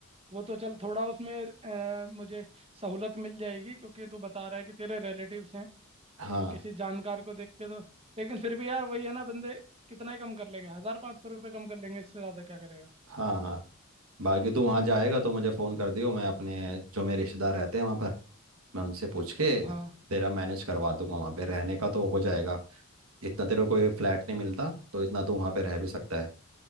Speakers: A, on the right; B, on the right.
A: वो तो चल थोड़ा उसमें अ, मुझे सहूलत मिल जाएगी क्योंकि तू बता रहा है कि तेरे रिलेटिव्स हैं
B: हाँ
A: तो किसी जानकार को देख के तो लेकिन फिर भी यार वही है ना बंदे कितना ही कम कर लेंगे हजार पाँच सौ रुपये कम कर लेंगे इससे ज़्यादा क्या करेगा
B: हाँ हाँ बाकी तू वहाँ जाएगा तो मुझे फ़ोन कर दियो मैं अपने जो मेरे रिश्तेदार रहते हैं वहाँ पर मैं उनसे पूछ के
A: हाँ
B: तेरा मैनेज करवा दूंगा वहाँ पे रहने का तो हो जाएगा इतना तेरे को कोई फ्लैट नहीं मिलता तो इतना तू वहाँ पे रह भी सकता है